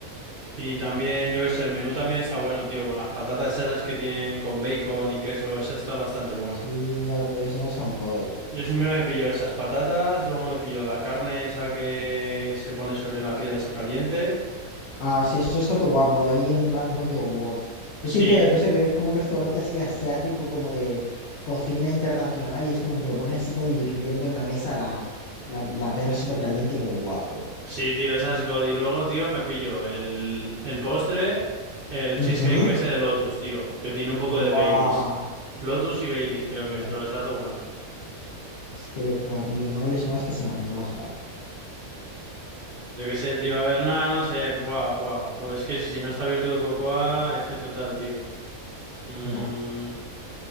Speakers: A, on the right; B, on the left.
A: Y también, yo que sé, el menú también está bueno, tío, con las patatas esas que tienen con bacon y queso, eso está bastante bueno.
B: Sí, ya, esas son God.
A: Yo siempre me pillo esas patatas, luego me pillo la carne esa que se pone sobre la piedra esa caliente.
B: Ah, sí, eso está todo guapo, de ahí en plan rollo wok.
A: Sí,
B: Es típica cosa que verías como un restaurante así asiático, como de cocina internacional, y es como que te lo pones así como hirviendo en la mesa la, la, la pedra súper caliente, qué guapo.
A: sí, tío, esa es God. Y luego, tío, me pillo el, el postre, el
B: Ujú.
A: cheesecake ese de Lotus, tío, que tiene un poco de
B: Guau,
A: Baileys. Lotus y Baileys
B: qué locura.
A: creo que es, pero está todo bueno.
B: Qué locura, tío. No hables más que se me antoja.
A: Yo qué sé, tío. A ver, nada, no sé. Buah, buah. Pues que si si no está abierto el Cocoa, F total, tío. Mm,
B: Ya.